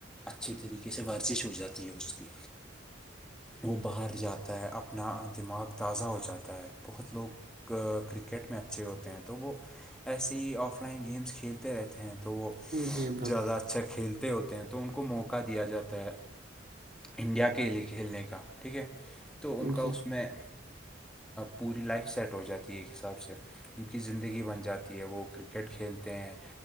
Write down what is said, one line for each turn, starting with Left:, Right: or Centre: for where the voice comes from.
Centre: اچھے طریقے سے ورزش ہو جاتا ہے اس کی وہ باہر جاتا ہے اپنا دماغ تازہ ہو جاتا ہے بہت لوگ کرکٹ میں اچھے ہوتے ہیں تو وہ ایسے ہی آف لائن گیمس کھیلتے رہتے ہیں تو وہ
Right: جی بالکل
Centre: زیادہ اچھا کھیلتے ہوتے ہیں تو ان کو موقع دیا جاتا ہے انڈیا کے لیے کھیلنے کا ٹھیک ہے تو ان کا
Right: جی
Centre: اس میں پوری لائف سیٹ ہو جاتی ہے ایک حساب سے ان کی زندگی بن جاتی ہے وہ کرکٹ کھیلتے ہیں